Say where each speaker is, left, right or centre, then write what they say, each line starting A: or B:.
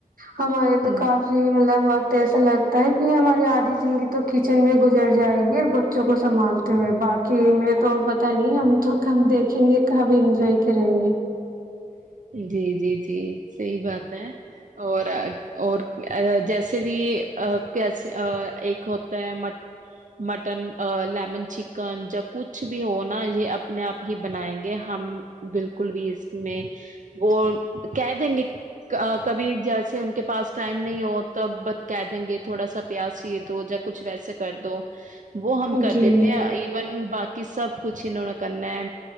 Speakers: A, on the right; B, on the right.
A: ہمارے
B: ابھی
A: تو کافی مطلب تو ایسا لگتا ہے کہ ہماری آدھی زندگی تو کچن میں گزر جائے گی اور بچوں کو سنبھالتے ہوئے بات کہ میں تو پتا نہیں ہم تو کب دیکھیں گے کب انجوائے کریں گے
B: جی جی جی صحی بات ہے اور اور جیسے بھی کیسے ایک ہوتا ہے مٹن لیمن چکن جیا کچھ بھی ہو نا یہ اپنے آپ ہی بنائیں گے ہم بالکل بھی اس میں وہ کہ دیں گے کبھی جیسے ان کے پاس ٹائم نہیں ہو تو بت کہ دیں گے تھوڑا سا پیاس سیر دو یا کچھ ویسے کر دو وہ ہم کر
A: جی
B: دیتے
A: جی
B: ہیں ایون باقی سب کچھ انہوں نے کرنا ہے